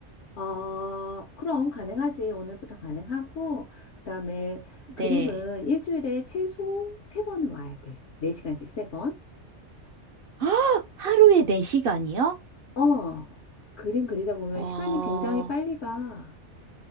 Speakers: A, on the left; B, on the right.
A: 어, 그럼 가능하지. 오늘부터 가능하고, 그다음에 그림은
B: 네.
A: 일주일에 최소 세번은 와야 돼. 네시간씩세번
B: <gasps> 하루에 4시간이요?
A: 어, 그림 그리다 보면
B: 어,
A: 시간이 굉장히 빨리 가.